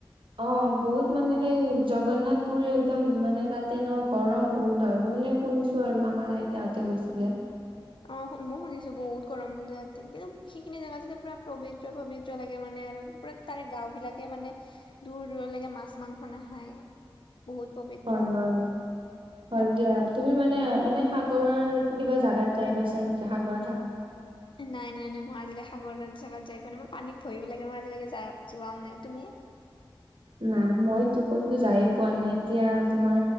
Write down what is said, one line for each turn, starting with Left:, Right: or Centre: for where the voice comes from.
Right: অ বহুত মানে সেই জগন্নাথ পুৰ একদম মানে তাতে ন গৰম বহুত হয়। মই মানে শুনিছোঁ আৰু আমাৰ আইতাহতে গৈছিলে।
Left: অ মই শুনিছো বহুত গৰম বুলি তাতে কিন্তু সেইখিনি জেগা যাতে পুৰা পবিত্ৰ পবিত্ৰ লাগে মানে আৰু পুৰা তাৰে গাওঁ বিলাকে মানে দূৰ দূৰলৈকে মাছ মাংস নাখায়। বহুত পবিত্ৰ
Right: হয়,
Left: আৰু
Right: হয়, হয়
Left: জগাবোৰ।
Right: দিয়া, তুমি মানে এনে সাগৰৰ কিবা জাগাত যাই পাইছা নেকি সাগৰ থকা।
Left: নাই নাই নাই মই আজিলৈ সাগৰ জাগাত যাই পোৱা নাই। মই পানী ভয়ো লাগে মই আজিলৈকে যা যোৱাও নাই। তুমি?
Right: নাই মইতো কতো যায়ে পোৱা নাই। এতিয়া তোমাৰ